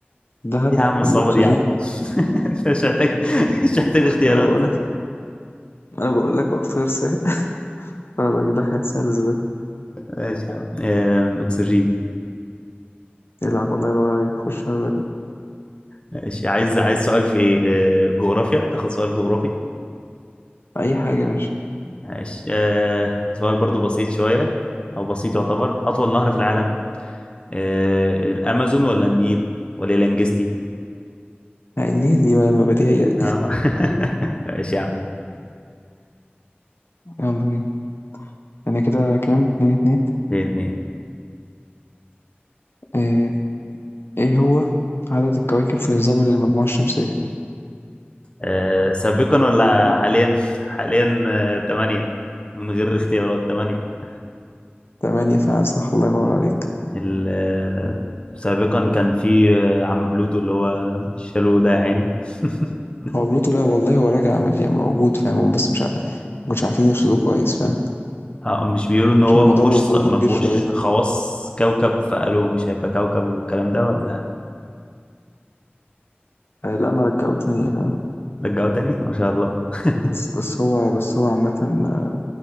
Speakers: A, on the left; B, on the left.
A: ذهب
B: إيه يا عم الصعوبه
A: ولا اكسجين
B: دي يا عم <laughs> انت مش محتاج مش محتاج اختيارات
A: انا بقول لك انا بقول لك اختيار سهل انا بجيب لك حاجات سهله ازاي
B: ماشي يا عم آم، اكسجين
A: العب الله ينور عليك خش انا بجيب
B: ماشي عايز عايز سؤال في إيه؟ آه، جغرافيا تاخد سؤال جغرافي
A: اي حاجه ماشي
B: ماشي آه، سؤال برضو بسيط شويه او بسيط يعتبر اطول نهر في العالم آه، الامازون ولا النيل ولا الانجستي
A: يعني النيل دي بقى بديهيه دي
B: اه <laughs> ماشي يا عم
A: يلا بينا انا كده كام اتنين اتنين
B: اتنين اتنين
A: آه، ايه هو عدد الكواكب في نظام المجموعه الشمسيه
B: آه، سابقا ولا حاليا حاليا آه، تمانية من غير اختيارات تمانية
A: تمانية فعلا صح الله ينور
B: م.
A: عليك
B: ال- آه، سابقا كان في آه، عم بلوتو اللي هو الشالو ده يا عيني <laughs>
A: هو بلوتو لا والله هو راجع من- يعني موجود فاهم هم بس مش عارف ما كانوش عارفين يرصدوه كويس فاهم
B: آه، مش بيقولوا ان هو
A: عشان مداره
B: ما فيهوش
A: مداره
B: ما
A: كبير
B: فيهوش
A: شوية
B: خواص كوكب فقالوا مش هيبقى كوكب والكلام ده ولا
A: آه لا ما رجعوه تاني فاهم
B: رجعوا تاني ما شاء الله <laughs>
A: بس بس هو بس هو عامة آه،